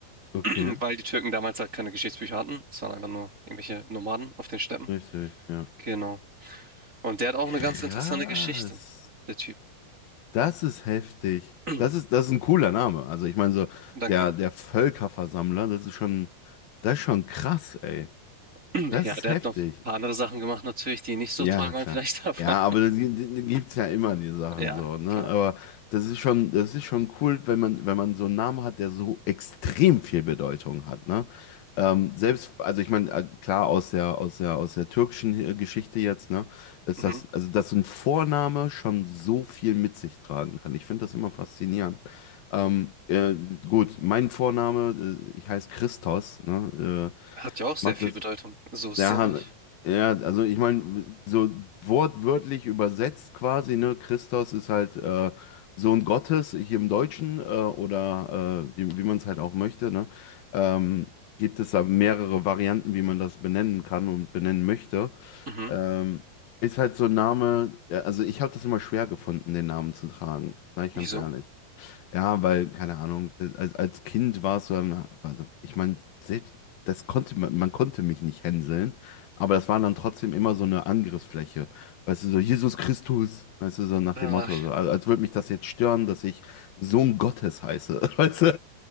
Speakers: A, on the left (about 70°); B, on the right (about 25°).
A: okay,
B: <clears throat> Weil die Türken damals halt keine Geschichtsbücher hatten. Es waren einfach nur irgendwelche Nomaden auf den Steppen.
A: richtig, ja.
B: Genau. Und der hat auch
A: Krass.
B: eine ganz interessante Geschichte, der Typ.
A: Das ist heftig.
B: <clears throat>
A: Das ist, das ist ein cooler Name. Also ich meine so,
B: Danke.
A: der, der Völkerversammler, das ist schon, das ist schon krass, ey.
B: <clears throat>
A: Das
B: Ja,
A: ist
B: der
A: heftig.
B: hat noch ein paar andere Sachen gemacht, natürlich, die nicht so
A: Ja,
B: toll waren,
A: klar.
B: vielleicht, <laughs> aber
A: Ja, aber da gibt es ja immer die Sachen
B: ja,
A: so, ne?
B: klar.
A: Aber das ist schon, das ist schon cool, wenn man, wenn man so einen Namen hat, der so extrem viel Bedeutung hat, ne? Ähm, selbst, also ich meine, äh, klar, aus der, aus der, aus der türkischen äh, Geschichte jetzt, ne, ist
B: Mhm.
A: das, also dass so ein Vorname schon so viel mit sich tragen kann. Ich finde das immer faszinierend. Ähm, äh, gut, mein Vorname, äh, ich heiße Christos, ne,
B: Hat ja auch sehr
A: äh, macht
B: viel
A: das,
B: Bedeutung. So ist
A: ja,
B: es ja
A: Han-
B: nicht.
A: ja, also ich meine, so wortwörtlich übersetzt quasi, ne? Christos ist halt äh, Sohn Gottes, hier im Deutschen, äh, oder äh, wie, wie man es halt auch möchte, ne? Ähm, gibt es da mehrere Varianten, wie man das benennen kann und benennen möchte.
B: Mhm.
A: Ähm, ist halt so ein Name, ja, also ich habe das immer schwer gefunden, den Namen zu tragen, sag ich
B: Wieso?
A: ganz ehrlich. Ja, weil, keine Ahnung, als, als Kind warst du dann, also ich meine, selbst das konnte man, man konnte mich nicht hänseln, aber das war dann trotzdem immer so eine Angriffsfläche. Weißt du, so Jesus Christus, weißt du, so nach
B: Äh,
A: dem Motto, so, als, als würde mich das jetzt stören, dass ich Sohn Gottes heiße. <laughs> Weißt du?